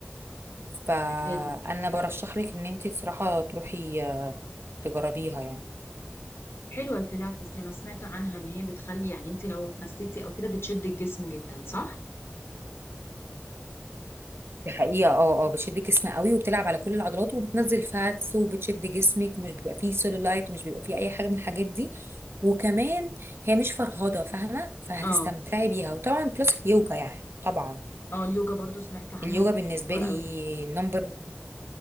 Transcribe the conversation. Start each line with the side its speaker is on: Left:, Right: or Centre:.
Right: فأنا
Left: حلو
Right: برشح لك إن انتي بصراحة تروحي آه، تجربيها يعني
Left: حلوه البيلاتس دي انا سمعت عنها ان هي بتخلي يعني انت لو خسيتي او كده بتشد الجسم جدا صح
Right: دي حقيقة اه اه بتشد الجسم قوي وبتلعب على كل العضلات وبتنزل فاتس وبتشد جسمك ومش بيبقى فيه سيلولايت ومش بيبقى فيه أي حاجة من الحاجات دي وكمان هي مش فرهضة فاهمة فهتستمتعي
Left: اه
Right: بيها وطبعا بلس اليوجا يعني طبعا
Left: اه اليوجا برضو سمعت عنها
Right: اليوجا
Left: ان هي
Right: بالنسبة
Left: حلوه
Right: لي
Left: قوي
Right: نمبر